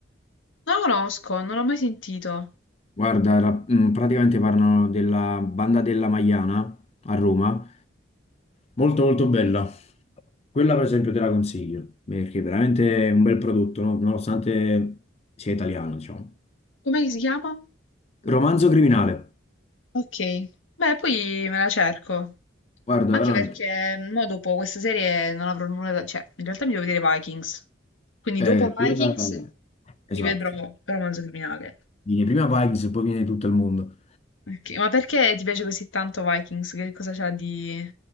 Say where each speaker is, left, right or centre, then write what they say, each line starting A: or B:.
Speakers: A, on the left; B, on the left.
A: Non lo conosco, non l'ho mai sentito.
B: Guarda, ra- mm, praticamente parlano della banda della Magliana a Roma, molto molto bella. Quella per esempio te la consiglio, perché veramente è un bel prodotto, no? Nonostante sia italiano, diciamo.
A: Com'è che si chiama?
B: Romanzo Criminale,
A: Ok, beh, poi me la cerco.
B: guarda,
A: Anche
B: veramente.
A: perché mm, mo dopo questa serie non avrò nulla da... Cioè, in realtà mi devo vedere Vikings. Quindi
B: Eh,
A: dopo Vikings
B: quella... Esatto.
A: mi vedrò Romanzo Criminale.
B: Viene prima Vikings e poi viene tutto il mondo.
A: Ok, Ma perché ti piace così tanto Vikings? Che cosa c'ha di...